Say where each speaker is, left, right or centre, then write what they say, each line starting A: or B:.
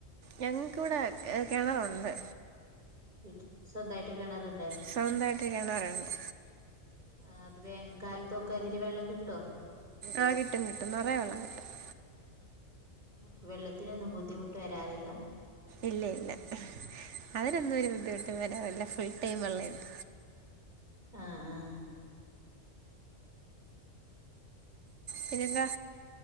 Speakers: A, on the right (about 65°); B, on the right (about 35°).
A: ഞങ്ങൾക്കിവിടെ കിണറുണ്ട്
B: വീട്ടി സ്വന്തായിട്ട് കിണറുണ്ട്
A: സ്വന്തമായിട്ട് കിണറുണ്ട്
B: ആഹ് അത് വേനൽക്കാലത്തൊക്കെ അതില് വെള്ളം കിട്ടോ
A: ആഹ് കിട്ടും കിട്ടും നിറയ വെള്ളം കിട്ടും <inaudible>
B: അപ്പൊ വെള്ളത്തിനൊന്നും ബുദ്ധിമുട്ട് വരാറില്ല
A: ഇല്ല ഇല്ല അയിനൊന്നും ഒരു ബുദ്ധിമുട്ട് വരാറില്ല ഫുൾ ടൈം വെള്ളണ്ട്
B: ആഹ് ആഹ്
A: പിന്നെന്താ